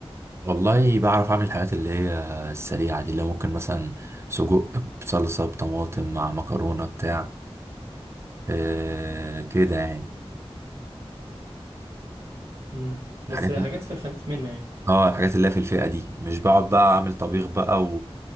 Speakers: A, on the right; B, on the right.
A: والله بعرف اعمل الحاجات اللي هي السريعه دي اللي ممكن مثلا سجق بصلصه بطماطم مع مكرونه بتاع آه كده يعني
B: امم بس
A: الحاجات
B: حاجات في الخفيف منه يعني
A: اه الحاجات اللي هي في الفئه دي مش بقعد بقى اعمل طبيخ بقى و...